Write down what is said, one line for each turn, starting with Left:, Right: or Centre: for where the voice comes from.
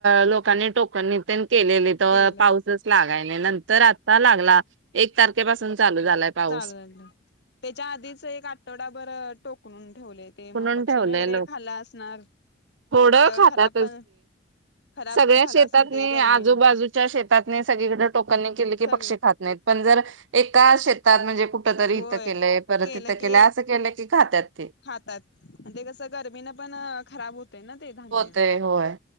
Right: लोकांनी टोकण नितन केलेली तर
Left: केलं
Right: पाऊसच लागयला नंतर आता लागला एक तारखेपासून चालू झालाय. पाऊस
Left: चाले त्याच्या आधीच एक आठवडाभर टोकणून ठेवले. ते
Right: म्हणून
Left: मग पक्ष्यां
Right: ठेवलंय
Left: वगैरे
Right: लोक
Left: खाल्ला असणार.
Right: थोडं खातात.
Left: खराब पण खराब
Right: सगळ्या
Left: पण झालं
Right: शेतातनी
Left: असेल ते गरमीनं
Right: आजूबाजूच्या शेतातने सगळीकडे टोकनने केले की
Left: सगळे
Right: पक्षी खात नाहीत. पण जर एका शेतात म्हणजे खूप. कुठ तरी
Left: होय
Right: इथं केलंय परत
Left: केलं
Right: इथं
Left: की
Right: केलंय असं केलंय की खात्यात ते
Left: खातात म्हणजे कसं गर्मीनं पण खराब होत ना ते धान्य
Right: होतय होय